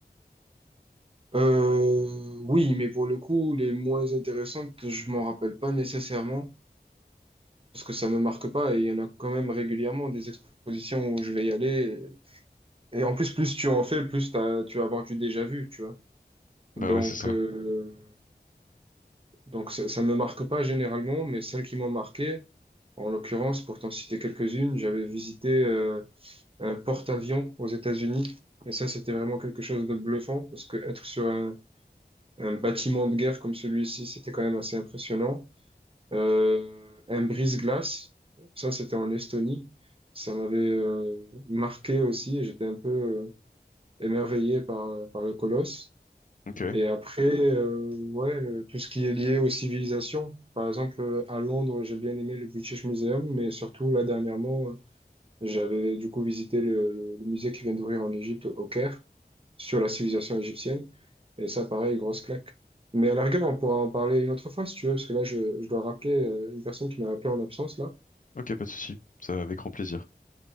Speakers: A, on the right; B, on the left.
A: euh, oui, mais pour le coup, les moins intéressantes, je m'en rappelle pas nécessairement, parce que ça me marque pas, et il y en a quand même régulièrement des expositions où je vais y aller. Et en plus, plus tu en fais, plus t'as- tu vas avoir du déjà vu, tu vois.
B: Bah
A: Donc,
B: ouais, c'est ça.
A: euh, donc ça, ça me marque pas généralement, mais celles qui m'ont marqué, en l'occurrence, pour t'en citer quelques-unes, j'avais visité... euh, un porte-avions aux États-Unis. Et ça, c'était vraiment quelque chose de bluffant parce que être sur un, un bâtiment de guerre comme celui-ci, c'était quand même assez impressionnant. Euh, un brise-glace, ça, c'était en Estonie. Ça m'avait euh, marqué aussi et j'étais un peu euh, émerveillé par, par le colosse.
B: Ok,
A: Et après, euh, ouais, le- tout ce qui est lié aux civilisations. Par exemple, euh, à Londres, j'ai bien aimé le British Museum, mais surtout, là, dernièrement, euh, j'avais du coup visité le, le- le musée qui vient d'ouvrir en Égypte, au Caire, sur la civilisation égyptienne. Et ça, pareil, grosse claque. Mais à la rigueur, on pourra en parler une autre fois si tu veux, parce que là, je, je dois rappeler euh, une personne qui m'a appelé en absence, là.
B: ok, pas de souci. Ça, avec grand plaisir.